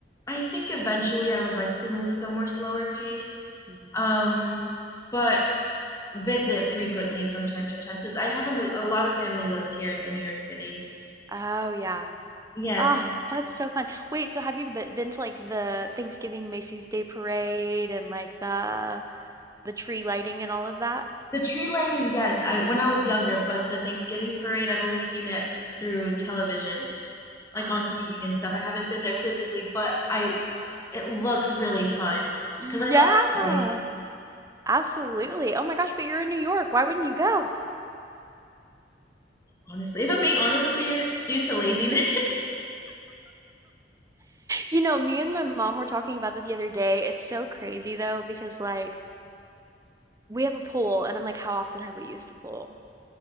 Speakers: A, on the left; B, on the right.
A: I think eventually I would like to move somewhere slower pace,
B: Mhm.
A: um, but visit frequently from time to time because I have a, a lot of family lives here in New York City.
B: Oh, yeah.
A: Yes,
B: Ah, that's so fun. Wait, so have you be- been to like the Thanksgiving Macy's Day Parade and like the the tree lighting and all of that?
A: the tree lighting. Yes, I when I was younger, but the Thanksgiving parade I've only seen it through television, like
B: <gasps>
A: on TV and stuff. I haven't been there physically, but I it looks really fun
B: Yeah,
A: because I love the parade.
B: absolutely. Oh my gosh, but you're in New York. Why wouldn't you go?
A: Honestly, if I'm being honest with you, it's due to laziness.
B: You know, me and my mom were talking about that the other day. It's so crazy though, because like we have a pool, and I'm like, how often have we used the pool?